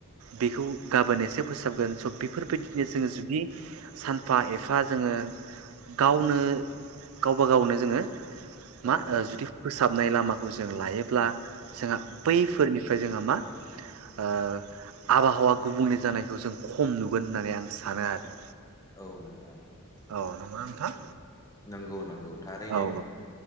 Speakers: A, on the right; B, on the left.
A: बेखौ गाबोन एसे फोसाबगोन स बे फोरबायदिनो जोङो जुदि सानफा एफा जोङो गावनो गावबा गावनो जोङो मा
B: औ
A: ओ जुदि फोसाबनाय लामाखौ जों लायोब्ला जोंहा बैफोरनि फ्राय जोंहा मा ओ आबहावा गुबुंले जानायखौ जों खम नुगोन होननानै आं सानो आरो।
B: औ नोंथां।
A: औ नंगौना नोंथां?
B: नंगौ नंगौ थारैनो
A: औ
B: नोंथां।